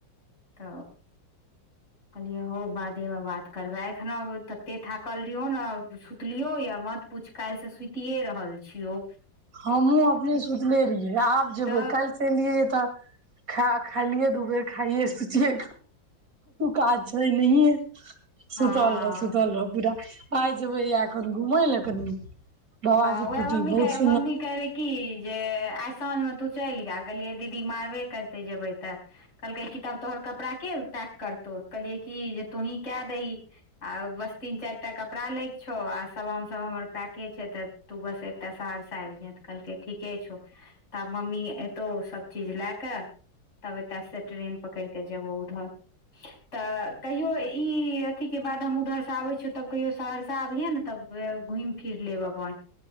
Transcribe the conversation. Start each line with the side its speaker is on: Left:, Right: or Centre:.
Left: तऽ कहलियए हो बादेमे बात करबै एखन तते थाकल रहिय ने सुतलियौ यऽ मत पूछ काल्हिसँ सुतिए रहल छीयो
Right: हमहूँ अपने सुतले रहियै आब जेबै
Left: तऽ
Right: काल्हिसँ एलियै तऽ खा खालियए दू बेर खाइयै सोचियै काज छै नहिये सुतल
Left: हँ
Right: रह सुतल रह पूरा आइ जेबे यै एखन घुमे लए कनि बाबाजी
Left: हँ उएह
Right: कुटी
Left: मम्मी कह
Right: बहुत सु
Left: मम्मी कहे रहे की जे आइ साँझ में तू चलि गेल कहलियै दीदी मारबे करते जेबे तऽ कहलकै कि तब तोहर कपड़ा के पैक कर तो कहलियै कि जे तूहीं कए दहिं आ बस तीन चार टा कपड़ा लै के छौ आ समान सब हमर पैके छै तऽ तू बस एते सहरसा आबि हैं तऽ कहलकै ठीके छौ तऽ मम्मी एतौ सब चीज ले कै तब एतय से ट्रेन पकड़िके जबो उधर तऽ कहियो ई अथी के बाद हम उधरसँ आबै छियै तब कहियो सहरसा आबिये ने तब घुमि फिर लेब अपन